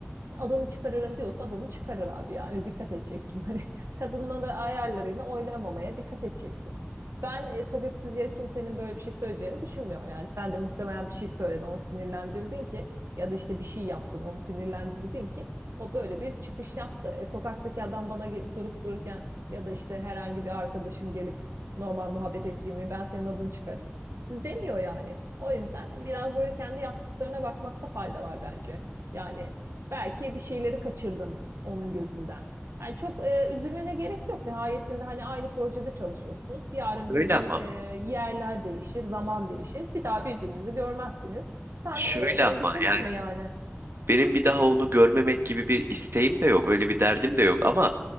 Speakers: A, on the right (about 75°); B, on the right (about 60°).
A: adını çıkarırım diyorsa adını çıkarır abi yani dikkat edeceksin. Hani <laughs> kadınları ayarlarını oynamamaya dikkat edeceksin. Ben e, sebepsiz yere kimsenin böyle bir şey söyleyeceğini düşünmüyorum. Yani sen de muhtemelen bir şey söyledin, onu sinirlendirdin ki ya da işte bir şey yaptın, onu sinirlendirdin ki o böyle bir çıkış yaptı. E, sokaktaki adam bana ge- durup dururken ya da işte herhangi bir arkadaşım gelip normal muhabbet ettiğimi ben senin adını çıkarırım demiyor yani. O yüzden biraz böyle kendi yaptıklarına bakmakta fayda var bence. Yani Belki bir şeyleri kaçırdın onun gözünden. Yani çok e, üzülmene gerek yok. Nihayetinde hani aynı projede çalışıyorsunuz. Yarın
B: Öyle
A: bir gün
B: ama,
A: e, yerler değişir, zaman değişir. Bir daha birbirinizi görmezsiniz. Sen
B: şöyle
A: e, endişelenme
B: ama yani
A: yani.
B: benim bir daha onu görmemek gibi bir isteğim de yok, öyle bir derdim de yok ama